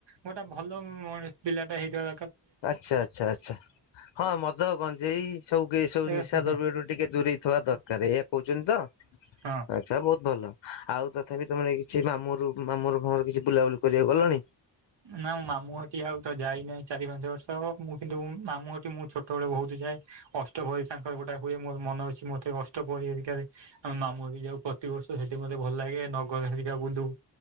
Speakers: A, on the right (about 70°); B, on the left (about 75°).
A: ଗୋଟେ ଭଲ ମ ପିଲା ଟା ହେଇଥିବ।
B: ଆଚ୍ଛା ଆଚ୍ଛା ଆଚ୍ଛା ହଁ ମଦ ଗଞ୍ଜେଇ ସବୁ ଗେ ଏ ସବୁ
A: ହୁଁ
B: ନିଶା ଦ୍ରବ୍ୟ ଠୁ ଟି ଟିକେ ଦୂରେଇ ଥିବା ଦରକାର ଏଇଆ କହୁଛନ୍ତି ତ
A: ହଁ
B: ଆଛା ବହୁତ ଭଲ। ଆଉ ତଥାପି ତମେ ମାନେ କିଛି ମାମୁଁଘରକୁ ମାମୁଁଘର ଫାମୁଘର କିଛି ବୁଲାବୁଲି କରିବାକୁ ଗଲଣି।
A: ନା ମୁଁ ମାମୁଁଘଟି ଆଉ ତ ଯାଇନାହିଁ ଚାରି ପାଞ୍ଚ ବର୍ଷ ହବ ମୁଁ କିନ୍ତୁ ମାମୁଁଘଟି ମୁଁ ଛୋଟ ଛୋଟ ବେଳେ ବହୁତ ଯାଏ ଅଷ୍ଟ ପହରି ତାଙ୍କର ଗୋଟେ ହୁଏ ମୋର ମନ ଅଛି ମତେ ଅଷ୍ଟ ପ୍ରହରି ଘରିକାରେ। ଆମେ ମାମୁଁ ଘଟି କି ଯାଉ ପ୍ରତିବର୍ଷ ସେଠି ମତେ ଭଲ ଲାଗେ ନଗର ହେରିକା ବୁଲୁ।